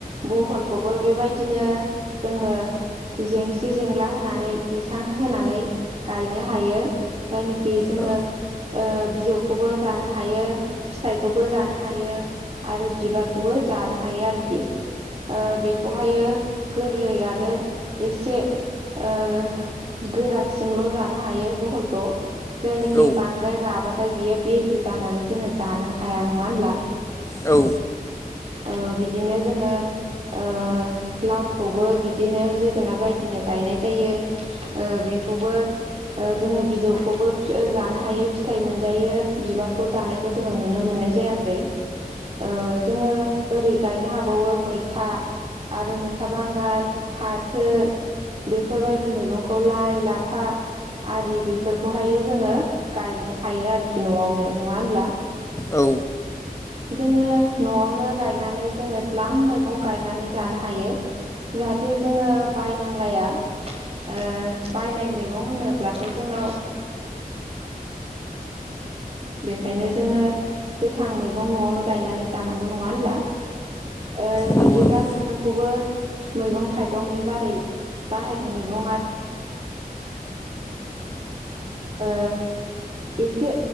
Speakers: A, on the right; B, on the left.
A: बहलखौबो बेबायदिनो जोङो। जेंसि जेंला होनानै बैसां होनानै गायनो हायो। जायनोखि जोङो
B: औ
A: ओ बिजौखौबो जानो हायो फिथाइखौबो जाना हायो आरो बिबारखौबो जानो हायो आरोखि बेखौ हायो। गोरलै आरो एसे ओ गोरासिमल' जानो हायो बहलखौ जायनोखि
B: औ
A: बांद्राय राबाथाय बियो बेजे जानानै जोङो जानो हाया नङा होनब्ला।
B: औ
A: ओ बिदिनो जोङो ओ लावखौबो बिदिनो जोगोनाद बायदिनो गायनाय जायो ओ बि बिखौबो ओ जोङो बिजौखौबो फो जानो हायो फिथाइ मोनजायो बिबारखौ जानायखौ जोङो नुनो मोन है जायाखै ओ जोङो ओरै गायनो हाबावो मैथा आरो मैथा बांगाल फाथो बेफोरबायदि मैगंखौ लाइ लाफा आरि बेफोरखौहाय जोङो गायनो हायो आरोखि न'आवनो नङा होनब्ला।
B: औ
A: जोङो न'आवनो गायनानै जोङो ल्दाम मैगं गायनानै जानो हायो। जाहाथे जोङो बायनांलाया ओ बायनाय मैगं होनोब ब्लाथ' जोंना बेखायनो जोङो गोथां मैगं न'आवनो गायनानै जानांगौ नङा होनब्ला? ओ
B: नंगौ
A: बिदिब्ला
B: नंगौ
A: नोंथांखौबो मैगं थाइगंनि बारै बाहेरनि मैगं ओ एसे